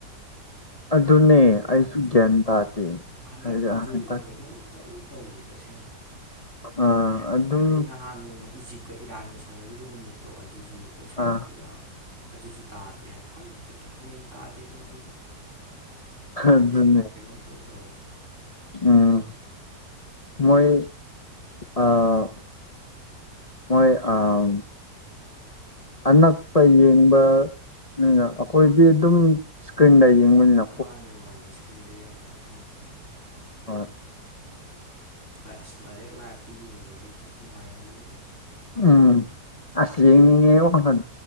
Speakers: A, on the left; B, on the right.
A: ꯑꯗꯨꯅꯦ
B: ꯒ꯭ꯌꯥꯟ ꯇꯥꯗꯦ
A: ꯑꯩꯖꯨ ꯒ꯭ꯌꯥꯟ ꯇꯥꯗꯦ
B: ꯍꯟꯗꯛꯀꯤ
A: ꯍꯥꯏꯗꯤ
B: ꯔꯨꯜꯖꯦ
A: ꯍꯟꯗꯛ
B: ꯀꯩꯅꯣꯝ ꯏꯇꯧ ꯇꯧꯏꯗ ꯑꯁꯦꯡꯕ
A: ꯑꯥ ꯑꯗꯨꯝ
B: ꯑꯗꯩ ꯅꯍꯥꯟ ꯅꯣꯡꯃꯥ ꯏꯖꯤꯞꯀꯥ ꯏꯔꯥꯟꯒ ꯁꯥꯟꯅꯒꯤꯕ ꯅꯨꯃꯤꯠꯇꯣ ꯑꯗꯨꯖꯨ ꯑꯣꯐ
A: ꯑꯥ
B: ꯁꯥꯏꯠꯇꯨꯗ ꯑꯗꯨꯖꯨ ꯇꯥꯗꯦ ꯍꯥꯏ ꯈꯪꯗꯦ ꯒ꯭ꯌꯥꯟ ꯃꯦꯟ ꯇꯥꯗꯦꯗ ꯑꯗꯨꯖꯨ ꯍꯟꯗꯛꯁꯦꯕꯣ
A: ꯑꯗꯨꯅꯦ
B: ꯀꯩꯅꯣꯝ ꯏꯇꯧ ꯇꯧꯏꯗ
A: ꯎꯝ ꯃꯣꯏ ꯑꯥ ꯃꯣꯏ ꯑꯥ ꯑꯅꯛꯄ ꯌꯦꯡꯕ ꯅꯤꯅ ꯑꯩꯈꯣꯏꯗꯤ ꯑꯗꯨꯝ ꯏꯁꯀ꯭ꯔꯤꯟꯗ ꯌꯦꯡꯕꯅꯤꯅ
B: ꯃꯥꯟꯅꯦ ꯃꯥꯟꯅꯦ ꯏꯁꯀ꯭ꯔꯤꯟꯗ ꯌꯦꯡꯕꯅꯤ ꯈꯪꯗꯦ ꯎꯝ
A: ꯍꯣꯏ
B: ꯗꯥꯏ ꯑꯁ ꯗꯥꯏꯔꯦꯛ ꯂꯥꯏꯞꯇ ꯌꯦꯡꯕꯗꯨꯗꯤ ꯊꯤ ꯅꯨꯡꯉꯥꯏꯔꯝꯅꯤꯕꯣ
A: ꯎꯝ ꯑꯁ ꯌꯦꯡꯅꯤꯡꯉꯦ ꯑꯃꯨꯛꯀꯥ ꯍꯟ